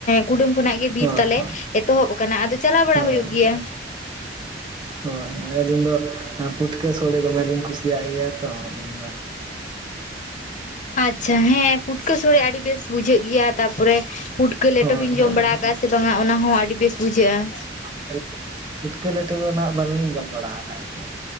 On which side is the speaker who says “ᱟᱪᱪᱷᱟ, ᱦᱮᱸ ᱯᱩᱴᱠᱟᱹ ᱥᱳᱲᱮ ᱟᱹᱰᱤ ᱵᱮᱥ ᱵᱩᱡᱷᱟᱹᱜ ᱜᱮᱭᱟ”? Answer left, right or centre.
Left